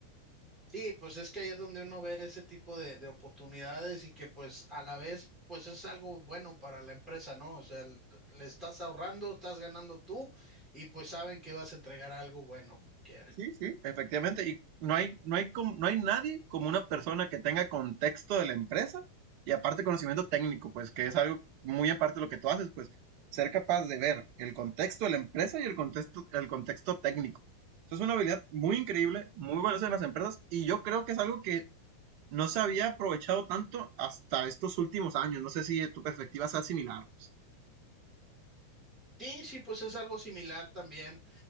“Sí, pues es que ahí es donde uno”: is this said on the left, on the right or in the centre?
Centre